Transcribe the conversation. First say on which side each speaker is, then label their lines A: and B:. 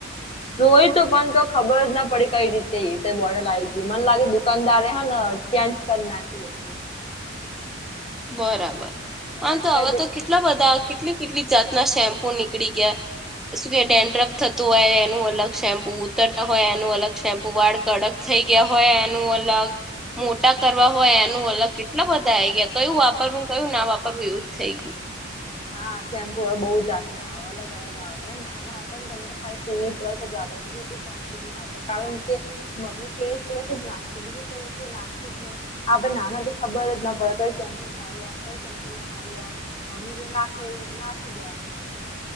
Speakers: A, on the left; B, in the centre.
A: જોયુ તું પણ તો ખબર જ ના પડી કઈ રીતે એવી બોટલ આયી ગય મને લાગે દુકાનદારે હ ને જેન્સ કર નાખી તી
B: બરાબર આ
A: એક્સપાયરી
B: તો હવે
A: ડેટ
B: તો કેટલા બધા કેટલી કેટલી જાતના શેમ્પુ નીકળી ગયા શું કે ડેન્ડરફ થતું હોય એનું અલગ શેમ્પુ ઉતરતા હોય એનું અલગ શેમ્પુ વાળ કડક થઈ ગયા હોય એનું અલગ મોટા કરવા હોય એનું અલગ કેટલા બધા આયી ગયા કયું વાપરવું કયું ના વાપરવું એવું જ થઈ ગયું
A: હા શેમ્પૂ બહુ જાતના અલગ અલગ આવે નાના હતા ને તો અમે તો ખાલી ક્લિનીક પ્લસ જ વાપરતા હા કારણ કે મમ્મી ક્લિનિક પ્લસ જ નાખી દે બીજું એકેય નાખી આપડે નાના તો ખબર જ ના પડે કઈ શેમ્પુ સારુ આવે કઈ શેમ્પુ ના હારુ મમ્મી જેમ નાખે એ નાખી લેવાનું